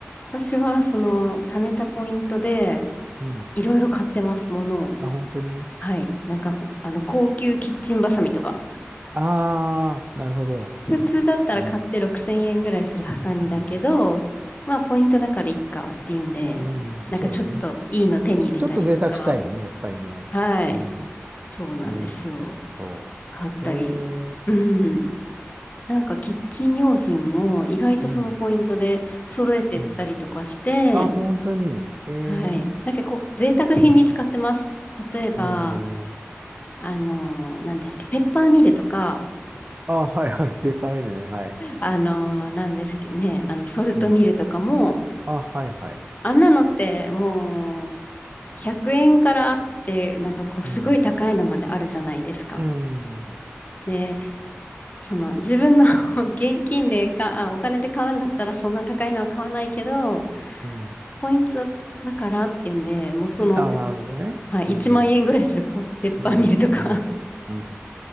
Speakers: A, on the left; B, on the right.
A: 私は、その、貯めたポイントで、
B: うん。
A: いろいろ買ってます、ものを。
B: あ、本当に
A: はい。なんかほ、あの、高級キッチンバサミとか。
B: ああー、なるほど。
A: 普通だったら買って6000円ぐらいするハサミだけど、
B: ね。うん。
A: まあ、ポイントだからいっかっていうんで、
B: うん、
A: なんかちょっといいの手に入れたりとか。
B: そうだね。ちょっと贅沢したいよね、やっぱりね。
A: はい。
B: うん。
A: そうなんですよ。
B: ね。そう。
A: 買ったり。
B: ええ
A: うん。なんか、キッチン用品も、意外とそのポイントで揃えてったりとかして、
B: うん。うん。あ、本当に。ええ
A: はい。なんかこう、贅沢品に使ってます。例えば、
B: なるほどね。
A: あのなんですけど、ペッパーミルとか、
B: あ、はいはい。ペーパーミルね。はい。
A: あのなんですけどね、あの、ソルトミルとかも、
B: うん。あ、はいはい。
A: あんなのってもう、100円からあって、なんかこう、
B: うん。
A: すごい高いのまであるじゃないですか。
B: うん。
A: で、その、自分の <laughs> 現金でか、あ、お金で買うんだったら、そんな高いのは買わないけど、
B: うん。
A: ポイントだからっていうんで、もうその、
B: あ、
A: ペ
B: なるほどね。
A: はい、
B: うん。
A: 1万円ぐらいするポペッパーミルとか
B: うん。うん。うん。